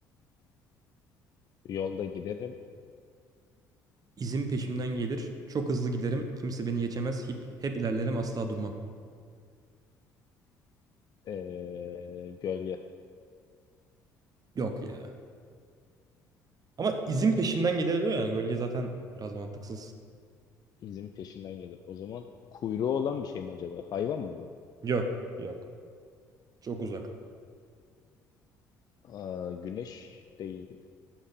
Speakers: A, on the left; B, on the right.
A: yolda giderim.
B: İzim peşimden gelir. Çok hızlı giderim. Kimse beni geçemez. Hep, hep ilerlerim asla durmam.
A: Ee, gölge
B: Yok ya. Ama izim peşimden gelir diyor yani. Gölge zaten biraz mantıksız.
A: izin peşinden gelir. O zaman kuyruğu olan bir şey mi acaba? Hayvan mı bu?
B: Yok. Yok. Çok uzak.
A: Aa, güneş değil,